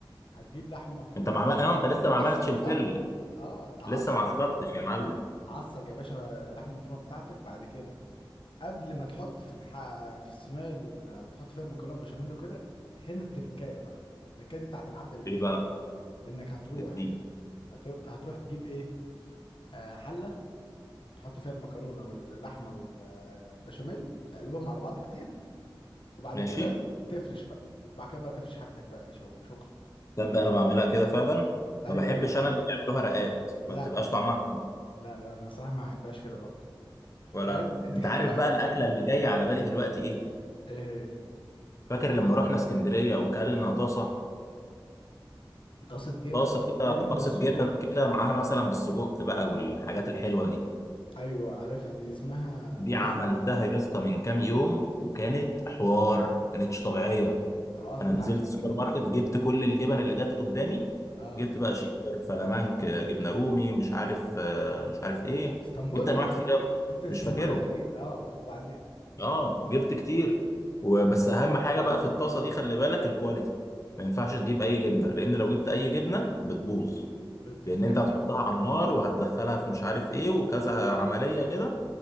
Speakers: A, on the left; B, on the left.
A: هتجيب لحمه مفرومه
B: انت مع اه انت لسه ما
A: تعصج
B: عملتش الفل
A: بقى اه تعصج
B: لسه ما عصقتش يا معلم
A: عصج يا باشا اللحمه المفرومه بتاعتك بعد كده قبل ما تحط في الح... في الصينيه اللي هتحط فيها المكرونه بشاميل وكده هنا التركايه بقى التركايه دي بتاعت العبد لله
B: ايه بقى
A: انك هتروح
B: الدين
A: هتروح, هتروح تجيب ايه آه حله تحط فيها المكرونه واللحمه والبشاميل وتقلبهم على بعض كتير وبعد
B: ماشي
A: كده تفرش بقى وبعد كده بقى تفرش حاجتك بقى يا باشا وشكرا
B: تبدأ انا بعملها كده فعلا
A: ايوه
B: ما بحبش
A: يعني
B: انا اللي بيعملوها رقات
A: لا
B: ما بتبقاش طعمها حلو
A: لا لا انا صراحه ما احبهاش كده برضه
B: ولا
A: يعني
B: انا
A: انت
B: انت
A: كده
B: عارف
A: كده
B: بقى الاكله اللي جايه على بالي دلوقتي ايه
A: ايه هي
B: فاكر لما رحنا اسكندريه وكلنا طاسه
A: طاسه جبن
B: طاسه كده
A: جبن
B: طاسه
A: بالسجق
B: جبن كده معاها مثلا بالسجق بقى والحاجات الحلوه دي
A: ايوه عارفها دي اسمها
B: دي عملتها
A: طاسه
B: يا اسطى من كام يوم وكانت حوار كانتش طبيعيه
A: طب اصلا
B: انا
A: انت
B: نزلت
A: ع-
B: السوبر ماركت جبت كل الجبن اللي جت قدامي
A: اه
B: جبت بقى شيكر فلامنك جبنه رومي مش عارف آه، مش عارف ايه
A: اسطنبول
B: جبت انواع كتير قوي
A: جبت اسطنبول
B: مش فاكرهم
A: اكيد اه وبعدين
B: اه جبت كتير وبس اهم حاجه بقى في الطاسه دي خلي بالك الكواليتي ما ينفعش تجيب اي جبنه لان لو جبت اي جبنه بتبوظ
A: بتكرف
B: لان انت هتحطها
A: لك
B: على النار وهتدخلها في مش عارف ايه وكذا عمليه كده